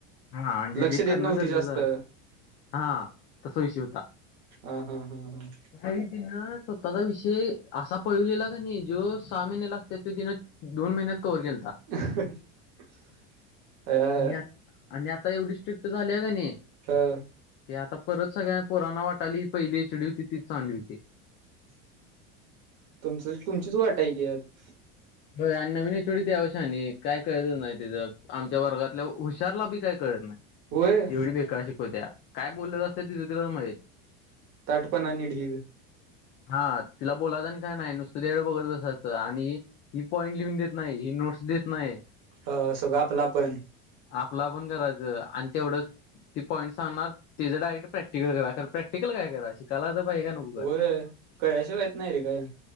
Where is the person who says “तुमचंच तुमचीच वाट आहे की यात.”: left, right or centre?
Right